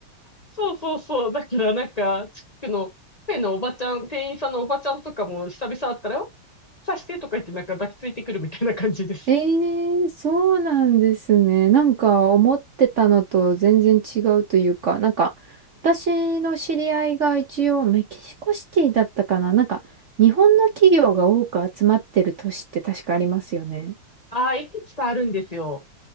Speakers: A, on the left; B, on the right.
A: そうそうそう。だからなんか、地区のペンのおばちゃん、店員さんのおばちゃんとかも久々会ったら、刺してとか言ってなんか抱きついてくるみたいな感じです。
B: ええーそうなんですね。なんか思ってたのと全然違うというか、なんか私の知り合いが一応メキシコシティだったかな。なんか日本の企業が多く集まってる都市って確かありますよね。
A: ああ、いくつかあるんですよ。